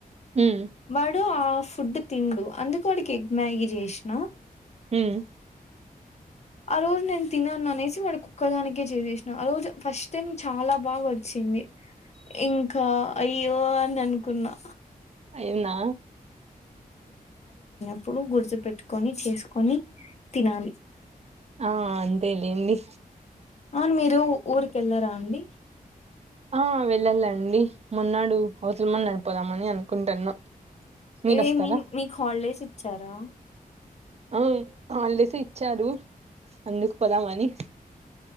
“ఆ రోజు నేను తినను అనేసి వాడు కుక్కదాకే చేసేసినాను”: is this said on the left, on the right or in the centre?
Left